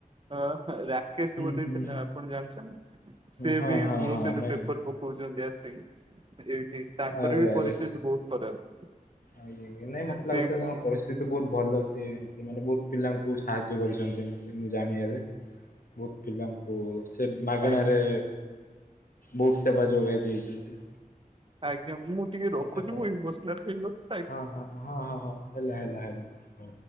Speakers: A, on the right; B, on the left.
A: ଅ ହ ରା କେସ୍
B: ହୁଁ
A: ବୋଲି
B: ହୁଁ
A: ଥିଲା ଆପଣ ଜାଣିଛନ୍ତି! ସେ
B: ହଁ
A: ବି
B: ହଁ
A: ମୋ
B: ହଁ
A: ସହ
B: ନାଇଁ
A: ପକଉଛନ୍ତି ଆସିକି ଏଇଠି, ତାଙ୍କର
B: ଆରେ
A: ବି
B: ଆରେ
A: ପରିସ୍ଥିତି ବହୁତ ଖରାପ।
B: ଆଜ୍ଞା, ଆଜ୍ଞା, ନାଇ ମତେ
A: ସେ
B: ଲାଗୁଥିଲା
A: ଆଜ୍ଞା
B: ତାଙ୍କ ପରିସି ସ୍ଥିତି ବହୁତ ଭଲ ସିଏ। ସିଏ ମାନେ ବହୁତ ପିଲାଙ୍କୁ ସାହାଯ୍ୟ କରିଛନ୍ତି ଏମିତି। ମୁଁ ଜାଣିଆରେ, ବହୁତ ପିଲାଙ୍କୁ ସେ ମାଗଣାରେ
A: ଆଜ୍ଞା
B: ବହୁତ୍ ସେବା ଯୋଗାଇ ଦେଇଛନ୍ତି।
A: ଆଜ୍ଞା, ମୁଁ ଟିକେ ରଖୁଛି।
B: ଆଚ୍ଛା ହଉ
A: ମୁଁ ଇମୋସନାଲ୍ ହେଇଗଲି। ଆଜ୍ଞା।
B: ହଁ, ହଁ, ହଁ ହେଲା ହେଲା ହେଲା। ହଉ